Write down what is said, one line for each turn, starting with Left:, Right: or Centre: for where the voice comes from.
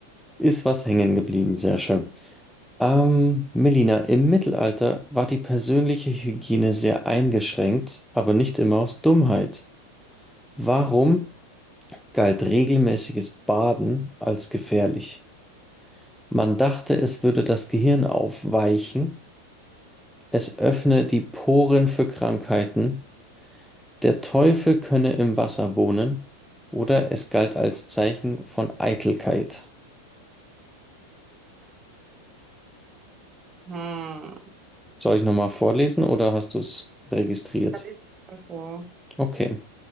Centre: ist was hängen geblieben, sehr schön. Ähm, Melina, im Mittelalter war die persönliche Hygiene sehr eingeschränkt, aber nicht immer aus Dummheit. Warum galt regelmäßiges Baden als gefährlich? Man dachte, es würde das Gehirn aufweichen, es öffne die Poren für Krankheiten Der Teufel könne im Wasser wohnen, oder es galt als Zeichen von Eitelkeit.
Right: Hm.
Centre: Soll ich nochmal vorlesen oder hast du es registriert?
Right: Da lese ich mal vor.
Centre: Okay.